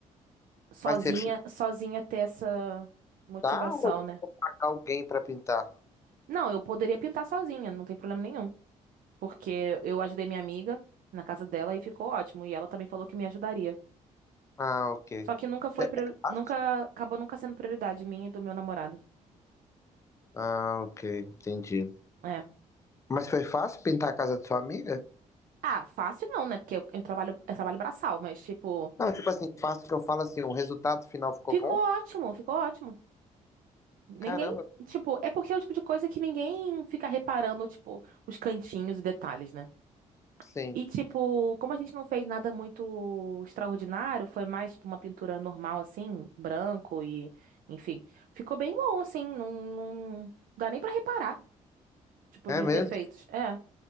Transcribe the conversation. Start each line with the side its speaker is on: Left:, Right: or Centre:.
Right: sozinha,
Left: Mas você
Right: sozinha ter essa motivação,
Left: pintar ou eu
Right: né?
Left: vou pagar alguém para pintar?
Right: Não, eu poderia pintar sozinha, não tem problema nenhum, porque eu ajudei minha amiga na casa dela e ficou ótimo, e ela também falou que me ajudaria.
Left: Ah, ok.
Right: Só que nunca foi,
Left: É é
Right: prior-
Left: fácil?
Right: nunca acabou nunca sendo prioridade minha e do meu namorado.
Left: Ah, ok, entendi.
Right: É.
Left: Mas foi fácil pintar a casa de sua amiga?
Right: Ah, fácil não, né? Porque eu, eu trabalho, eu trabalho braçal, mas tipo,
Left: Não, tipo assim, fácil que eu falo assim, o resultado final ficou
Right: ficou
Left: bom?
Right: ótimo, ficou ótimo. Ninguém,
Left: Caramba,
Right: tipo, é porque é o tipo de coisa que ninguém fica reparando, tipo, os cantinhos e detalhes, né?
Left: sim.
Right: E, tipo, como a gente não fez nada muito extraordinário, foi mais, tipo, uma pintura normal, assim, branco e, enfim. Ficou bem bom, assim, não, não dá nem pra reparar, tipo,
Left: É
Right: nos
Left: mesmo?
Right: defeitos. É.